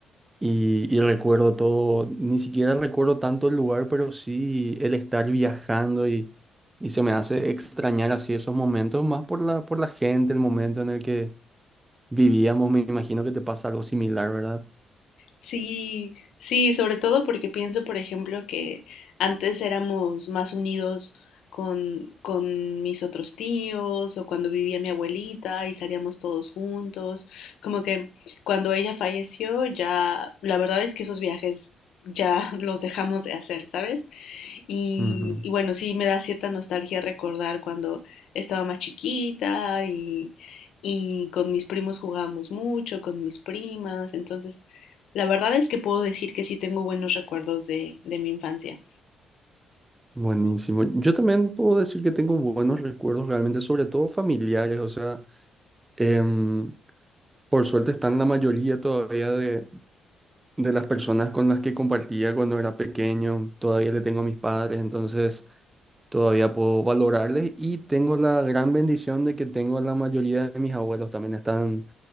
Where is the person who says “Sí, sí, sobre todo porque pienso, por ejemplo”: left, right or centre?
Left